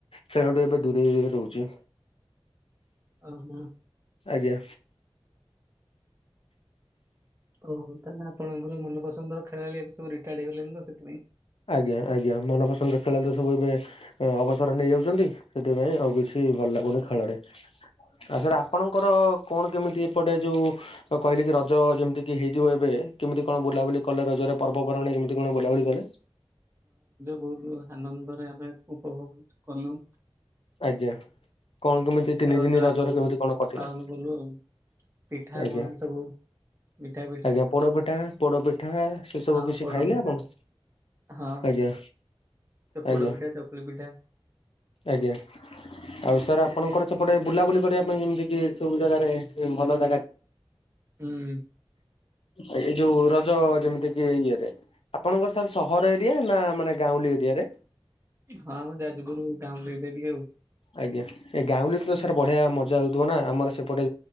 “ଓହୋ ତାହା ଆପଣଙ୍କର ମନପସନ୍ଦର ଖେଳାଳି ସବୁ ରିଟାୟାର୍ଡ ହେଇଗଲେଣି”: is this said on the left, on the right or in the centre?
Right